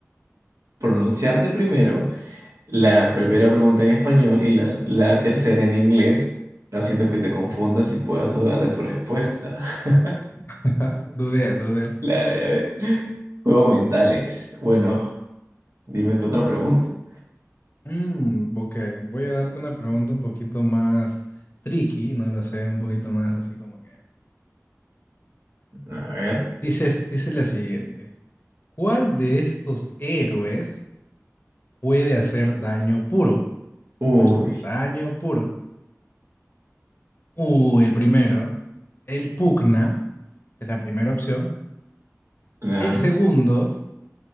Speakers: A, on the right; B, on the left.
A: Pronunciarte primero la primera pregunta en español y las- la tercera en inglés, haciendo que te confundas y puedas dudar de tu respuesta. <laughs>
B: <laughs> Dudé, dudé.
A: Claro, ya ves. Juegos mentales. Bueno, dime tu otra pregunta.
B: Mm, ok, voy a darte una pregunta un poquito más tricky, no lo sé, un poquito más así como que...
A: A ver.
B: Dices, dice la siguiente. ¿Cuál de estos héroes puede hacer daño puro?
A: Uy,
B: Escúchame, daño puro. Uh, el primero, el pugna, es la primera opción.
A: claro.
B: El segundo,